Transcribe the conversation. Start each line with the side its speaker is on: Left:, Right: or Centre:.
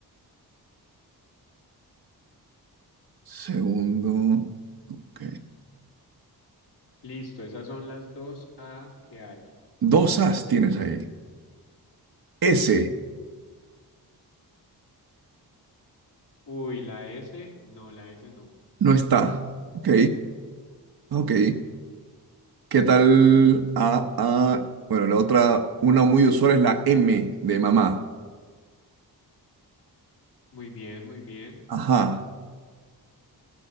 Right: Segundo. ok.
Left: Listo, esas son las dos A que hay.
Right: Dos as tienes ahí. S
Left: Uy, la S. No, la S no.
Right: no está. Ok, ok. ¿Qué tal? A, A. Bueno, la otra, una muy usual es la M de mamá.
Left: Muy bien, muy bien.
Right: Ajá.